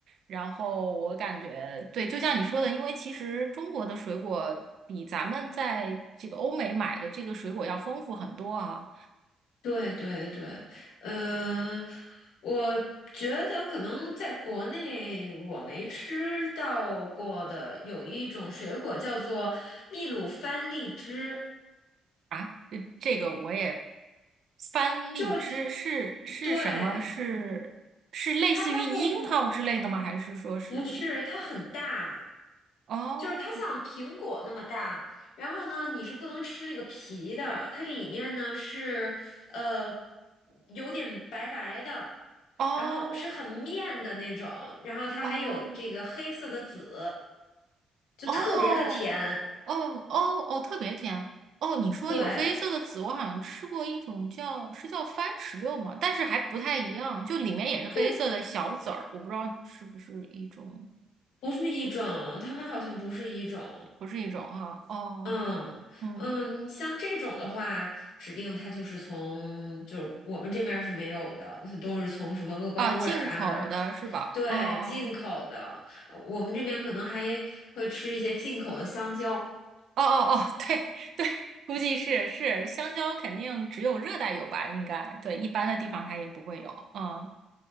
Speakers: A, on the right; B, on the left.
A: 然后我感觉，对，就像你说的，因为其实中国的水果比咱们在这个欧美买的这个水果要丰富很多啊
B: 对对对，嗯，我觉得可能在国内我没吃到过的，有一种水果叫做秘鲁番荔枝，
A: 啊！这这个我也番荔枝是是什么？
B: 就它对
A: 是是类似于樱桃之类的吗？
B: 它外
A: 还是说是？
B: 不是，它很大，
A: 哦
B: 就是它像苹果那么大。然后呢，你是不能吃那个皮的，它里面呢是呃有点白白的，
A: 哦
B: 然后是很面的那种，然后它还有这个黑色的籽，
A: 哦
B: 就特别的甜。
A: 哦，哦哦哦，特别甜。哦，你说有黑色的籽，
B: 对
A: 我好像吃过一种叫是叫番石榴嘛，但是还不太一样，就里面也是黑色的小籽儿，
B: 对，
A: 我不知道是不是一种，
B: 不是一种，它们好像不是一种。
A: 不是一种哈、哦，
B: 嗯嗯，
A: 嗯，
B: 你像这种的话，指定它就是从，就是我们这边儿是没有的，都是从什么厄瓜多尔啊，
A: 啊，进口的是吧？
B: 吃对，
A: 哦
B: 进口的。呃我们这边可能还会吃一些进口的香蕉，
A: 哦哦哦，<laughs> 对对，估计是是，香蕉肯定只有热带有吧？应该对，一般的地方它也不会有。嗯，